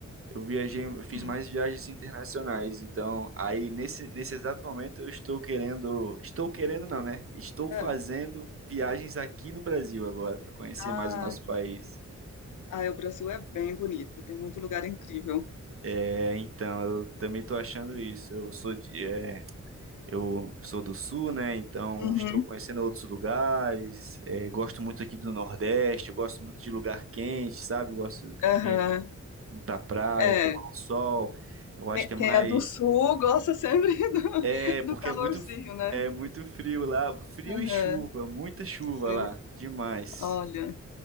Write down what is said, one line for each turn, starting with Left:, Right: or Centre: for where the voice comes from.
Right: Eu viajei, eu fiz
Left: hum,
Right: mais viagens internacionais, então aí nesse, nesse exato momento eu estou querendo, estou querendo não, né? Estou fazendo
Left: é.
Right: viagens aqui no Brasil agora para conhecer
Left: Ah,
Right: mais o nosso país.
Left: ah, é, o Brasil é bem bonito, tem muito lugar incrível.
Right: É, então eu também estou achando isso. Eu sou de, é, eu sou do Sul, né? Então
Left: Uhum,
Right: estou conhecendo outros lugares. é, gosto muito aqui do Nordeste. Eu gosto muito de lugar quente, sabe? Eu gosto de
Left: aham.
Right: ambiente ir para praia,
Left: É,
Right: tomar um sol. Eu acho
Left: quem
Right: que é
Left: quem
Right: mais
Left: é do sul gosta sempre <laughs> do,
Right: É,
Left: do
Right: porque
Left: calorzinho,
Right: é muito,
Left: né?
Right: é muito frio lá. Frio
Left: Aham,
Right: e chuva, muita chuva
Left: sim.
Right: lá. Demais.
Left: Olha,